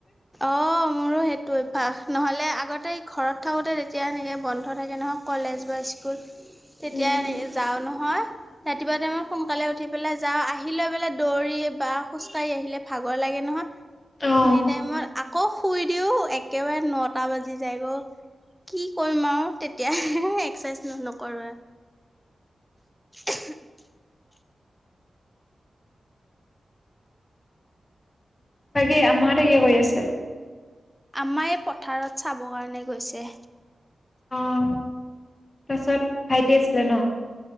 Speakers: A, in the centre; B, on the left.
A: অ মোৰো সেইটো অভ্যাস। নহ'লে আগতে ঘৰত থাকোঁতে তেতিয়া এনেকে বন্ধ থাকে নহয় কলেজ বা স্কুল তেতিয়া
B: উম,
A: যাওঁ নহয়, ৰাতিপুৱা টাইমত সোনকালে উঠি পেলাই যাওঁ আহি লৈ পেলাই দৌৰি বা খোজ কাঢ়ি আহিলে ভাগৰ লাগে নহয় সেইখিনিত
B: অ',
A: আকৌ শুই দিও একেবাৰে নটা বাজি যায়গ' কি কৰিম আৰু তে তিয়া এক্সাৰচাইজ নকৰো আৰু। <inaudible>
B: বাকি আম্মা হতে কি কৰি আছে?
A: আম্মা এই পথাৰত চাব কাৰণে গৈছে।
B: অ তাৰপাছত ভাইটি আছিলে ন?